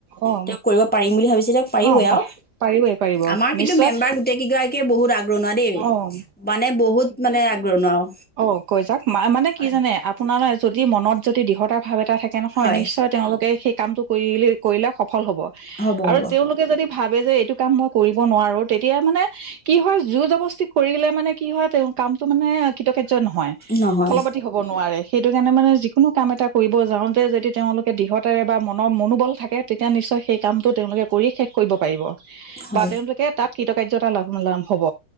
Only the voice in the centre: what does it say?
তেওঁক কৰিব পাৰিম বুলি ভাবিছে তেওঁক পাৰিবয়ে
আৰু
আমাৰ কিন্তু
মেম্বাৰ গোট কেগৰাকীয়ে বহুত আগ প্ৰনা
মানে বহুত মানে আগৰণুৱা আৰু
হয়
হয়
হ'ব হ'ব
নহয়
হয়